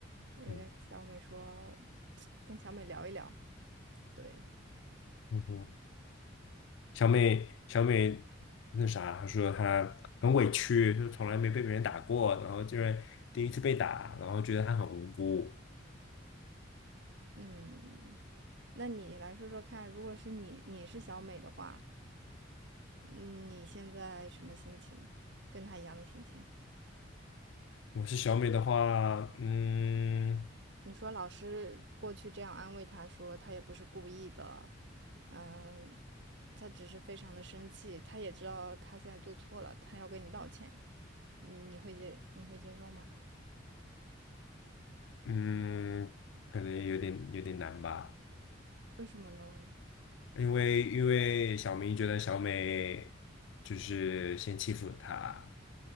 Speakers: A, on the right; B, on the left.
A: 我会跟小美说，
B: 嗯
A: 跟小美聊一聊。对，
B: 嗯哼，小美，小美那啥，她说她很委屈，就是从来没被别人打过，然后竟然第一次被打，然后觉得她很无辜。
A: 嗯，那你来说说看，如果是你，你是小美的话，嗯你现在什么心情？跟她一样的心情？
B: 我是小美的话，嗯
A: 你说老师过去这样安慰她说，她也不是故意的，嗯，她只是非常的生气，她也知道她现在做错了，她要跟你道歉。嗯，你会接，你会接受吗？
B: 嗯，可能有点有点难吧。
A: 为什么呢？
B: 因为因为小明觉得小美就是先欺负了他，